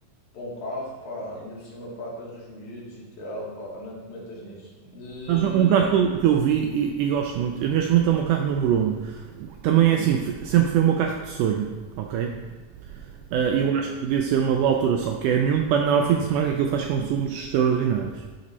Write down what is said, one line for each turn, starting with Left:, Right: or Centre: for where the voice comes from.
Left: para um carro, pá, ainda por cima, pá, tens os miúdos e tal, pá, não te metas nisso. Eh,
Right: Mas um carro que eu, que eu vi e, e gosto muito, eu, neste momento é o meu carro número um Também é assim, f- sempre foi o meu carro de sonho, ok? Ah, eu
Left: Então, então,
Right: acho que podia ser uma boa altura, só que é mesmo para andar ao fim de semana que aquilo faz consumos extraordinários.